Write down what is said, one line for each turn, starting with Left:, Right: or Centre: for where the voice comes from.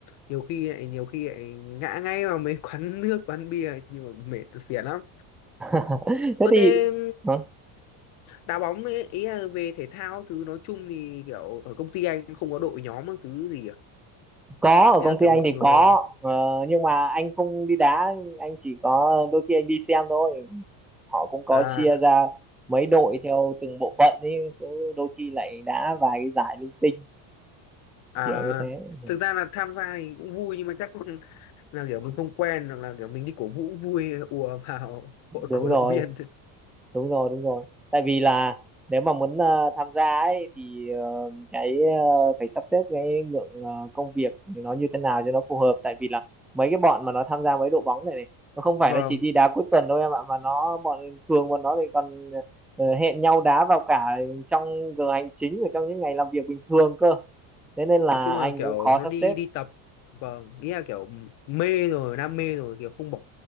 Left: nhiều khi lại nhiều khi lại ngã ngay vào mấy <laughs> quán nước, quán bia nhưng mà mệt phiền lắm.
Centre: <laughs> thế
Left: Ơ
Centre: thì
Left: thế
Centre: hả?
Left: đá bóng ấy, ý là về thể thao thứ nói chung thì kiểu ở công ty anh không có đội nhóm các thứ gì à?
Centre: có ở
Left: Ý
Centre: công
Left: là
Centre: ty
Left: kiểu
Centre: anh
Left: mọi
Centre: thì
Left: người
Centre: có ờ, nhưng mà anh không đi đá anh chỉ có đôi khi anh đi xem thôi họ cũng có
Left: à
Centre: chia ra mấy đội theo từng bộ phận ấy cứ đôi khi lại đá vài cái giải linh tinh
Left: à
Centre: kiểu như thế Ừ,
Left: thực ra là tham gia thì cũng vui nhưng mà chắc là kiểu mình không quen hoặc là kiểu mình đi cổ vũ cũng vui ùa vào <laughs>
Centre: đúng
Left: hội cổ động
Centre: rồi
Left: viên.
Centre: đúng rồi đúng rồi tại vì là nếu mà muốn ờ, tham gia ấy thì ờ, cái ờ, phải sắp xếp cái lượng ờ, công việc nó như thế nào cho nó phù hợp tại vì là mấy cái bọn mà nó tham gia mấy đội bóng này này nó không phải
Left: Vâng.
Centre: nó chỉ đi đá cuối tuần đâu em ạ mà nó bọn thường bọn nó thì còn ờ, hẹn nhau đá vào cả trong giờ hành chính và trong những ngày làm việc bình thường cơ thế nên là
Left: nói chung
Centre: anh
Left: là kiểu
Centre: cũng khó
Left: nó
Centre: sắp
Left: đi
Centre: xếp
Left: đi tập vâng nghĩa là kiểu mê rồi đam mê rồi kiểu không bỏ